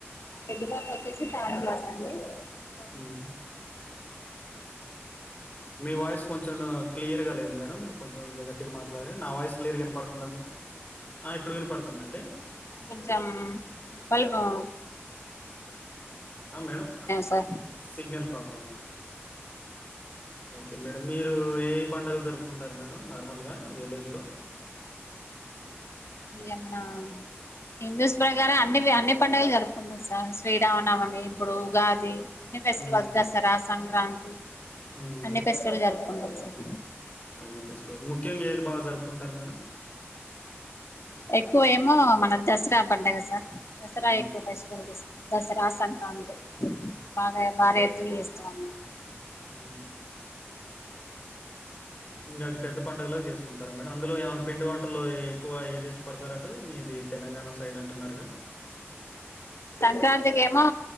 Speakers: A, on the left; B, on the left.
A: పెద్దవాళ్ళు వచ్చిసి థర్డ్ క్లాస్ అండి చిన్న బాబు
B: హ్మ్.
A: ఏమో ఫస్ట్ క్లాస్ సార్
B: మీ వాయిస్ కొంచెం క్లియర్ గా లేదు మేడం కొంచెం గట్టిగా మ నా వాయిస్ క్లియర్గా వినపడుతుంద మీక్ ఇప్పుడు వినపడుతుందిండి
A: ఆ కొంచం పుల్వం
B: ఆ madam
A: sir
B: signal problem okay madam మీరు ఏ పండుగలు జరుపుకుంటారు. మేడం నార్మల్గా విలేజ్లో
A: ఎమన హిందూస్ ప్రకారం అన్ని అన్ని పండుగలు జరుపుకుంటం. సార్ శ్రీరామనమమి ఇప్పుడు ఉగాది. అంటే ఫెస్టివల్స్
B: హ్మ్.
A: ద రాస్ సంక్రాంతి
B: హ్మ్.
A: అన్ని ఫెస్టివల్ ఉంటయ్ సార్
B: అన్ని ఫెస్టివల్ ముఖ్యంగా ఏది బాగా జరుపుకుంటారు మేడం.
A: ఎక్కువ ఏమో మన దసరా అ పండ్ కద సార్ దసరా
B: హ్మ్.
A: ఎక్కువ ఫెస్టివల్ చేసుకుంటం. దసరా సంక్రాంతి బాగా భారి ఎత్తున చేస్తం అన్నమాట
B: ఉ ఇంకా అది పెద్ద పండుగలాగా చేసుకుంటారా మేడం. అందులో ఏమైనా పిండి వంటల్లో ఎక్కువ ఏది ఇష్టపడతార అటు మీది తెలంగాణ సైడ్ అంటున్నారుగా?
A: సంక్రాంతికి ఏమో